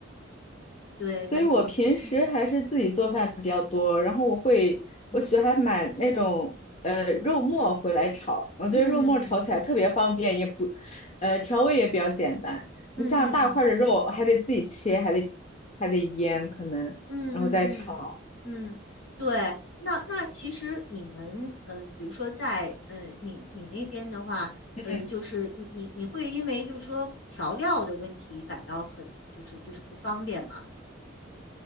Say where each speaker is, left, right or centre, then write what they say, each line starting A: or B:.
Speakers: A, on the left (about 70°); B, on the left (about 35°).
A: 对，
B: 所以我平时还是自己做饭比较多，
A: 反正嗯哼。嗯
B: 然后我会，
A: 嗯哼，
B: 我喜欢买那种呃肉末回来炒，我觉得肉末炒起来特别方便，
A: 嗯
B: 也不，呃调味也比较简单。
A: 嗯嗯嗯
B: 你像大块儿的肉还得自己切，还得还得腌可能，
A: 嗯嗯嗯嗯，
B: 然后再炒。
A: 对，那那其实你们呃，比如说在呃你你那边的话，
B: 嗯，
A: 呃，就是你你你会因为就是说调料的问题感到很就是就是不方便吗？